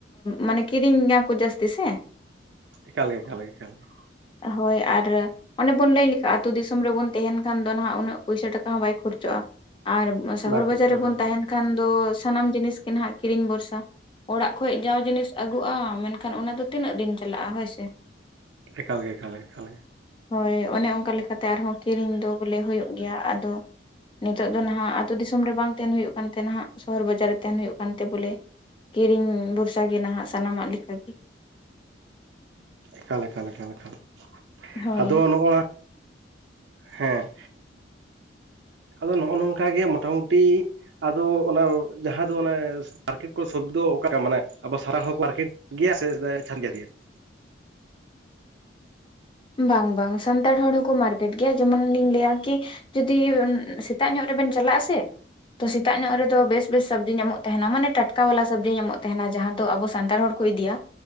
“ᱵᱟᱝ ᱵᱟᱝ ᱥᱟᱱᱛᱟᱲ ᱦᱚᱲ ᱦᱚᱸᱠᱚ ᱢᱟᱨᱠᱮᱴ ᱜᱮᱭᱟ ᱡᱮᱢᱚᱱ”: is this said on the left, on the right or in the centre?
Left